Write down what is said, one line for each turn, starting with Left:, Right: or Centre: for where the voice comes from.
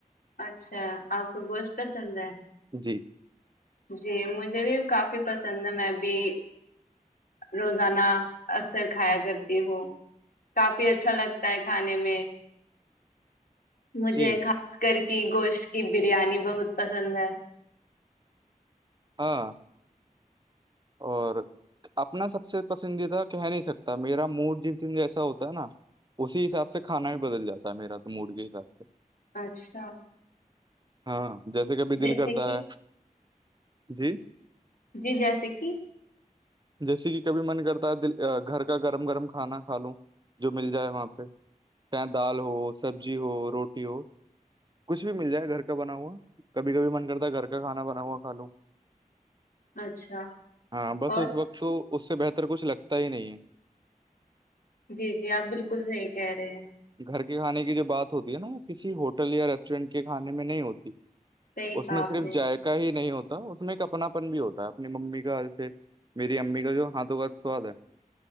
Left: اچھا آپ کو گوشت پسند ہے
Right: جی <unintelligible> <inaudible>
Left: جی مجھے بھی کافی پسند ہے میں بھی روزانہ اکثر کھایا کرتی ہو کافی اچھا لگتا ہے کھانے میں مجھے
Right: جی
Left: خاص کر کی گوشت کی بریانی بہت پسند ہے
Right: ہاں اور اپنا سب سے پسندیدہ کہہ نہیں سکتا میرا موڈ جس دن جیسا ہوتا ہے نا اسی حساب سے کھانا بھی بدل جاتا ہے میرا تو موڈ کے حساب سے
Left: اچھا
Right: ہاں جیسے کبھی
Left: جیسے
Right: دل کرتا
Left: کہ
Right: ہے جی
Left: جی جیسکی
Right: جیسے کہ کبھی من کرتا ہے دل گھر کا گرم گرم کھانا کھا لوں جو مل جائے وہاں پہ چاہے دال ہو سبزی ہو روٹی ہو کچھ بھی مل جائے گھر کا بنا ہوا کبھی کبھی من کرتا ہے گھر کا کھانا بنا ہوا کھا لوں
Left: اچھا
Right: ہاں بس
Left: اور
Right: اس وقت تو اس سے بہتر کچھ لگتا ہی نہیں ہے
Left: جی جی آپ بالکل صحیح کہہ رہے ہیں
Right: گھر کے کھانے کی جو بات ہوتی ہے نا کسی ہوٹل یا ریسٹورینٹ کے کھانے میں نہیں ہوتی
Left: صحیح
Right: اس
Left: کہا
Right: میں
Left: آپ
Right: صرف
Left: نے
Right: جائق ہی نہیں ہوتا اس میں ایک اپناپن بھی ہوتا ہے اپنی ممی کاے میری امی کا جو ہاتھوں کا سواد ہے